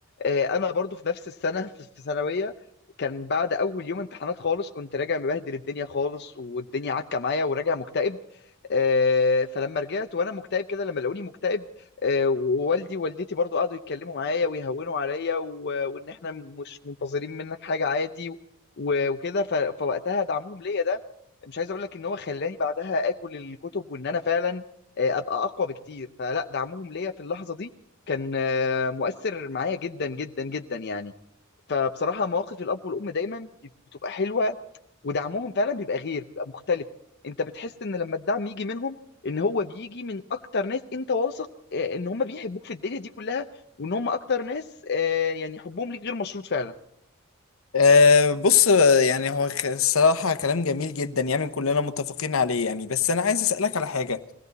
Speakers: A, on the left (about 55°); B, on the left (about 75°).
A: آه، انا برضو في نفس السنة في في ثانوية كان بعد اول يوم امتحانات خالص كنت راجع مبهدل الدنيا خالص والدنيا عكة معايا وراجع مكتئب آه، فلما رجعت وانا مكتئب كده لما لقوني مكتئب آه، ووالدي ووالدتي برضو قعدوا يتكلموا معايا ويهونوا عليا و- وان احنا مش منتظرين منك حاجة عادي و- وكده ف- فوقتها دعمهم ليا ده مش عايز اقول لك ان هو خلاني بعدها اكل الكتب وان انا فعلا آه، ابقى اقوى بكتير فلا دعمهم ليا في اللحظه دي كان آه، مؤثر معايا جدا جدا جدا يعني فبصراحه مواقف الاب والام دايما بتبقى حلوه ودعمهم فعلا بيبقى غير بيبقى مختلف انت بتحس ان لما الدعم يجي منهم ان هو بيجي من اكتر ناس انت واثق آه، ان هم بيحبوك في الدنيا دي كلها وان هم اكتر ناس آه، يعني حبهم ليك غير مشروط فعلا
B: أه بص آه، يعني هو ك- الصراحه كلام جميل جدا يعني كلنا متفقين عليه يعني بس انا عايز اسالك على حاجه